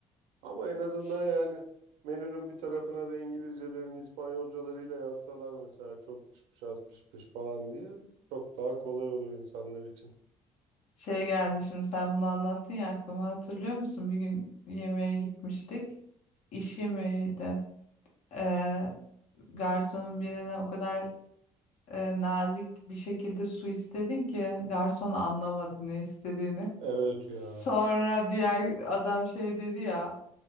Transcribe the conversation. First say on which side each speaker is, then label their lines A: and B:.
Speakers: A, on the right; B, on the left.
A: Ama en azından
B: Ş-
A: yani menünün bir tarafına da İngilizcelerini İspanyolcalarıyla yazsalar mesela çok piş piş az piş piş falan diye çok daha kolay olur insanlar için.
B: Şey geldi şimdi sen bunu anlattın ya aklıma hatırlıyor musun? Bir gün yemeğe gitmiştik. İş yemeğiydi. Ee, garsonun birine o kadar e, nazik bir şekilde su istedin ki garson anlamadı ne istediğini.
A: Evet ya.
B: Sonra diğer adam şey dedi ya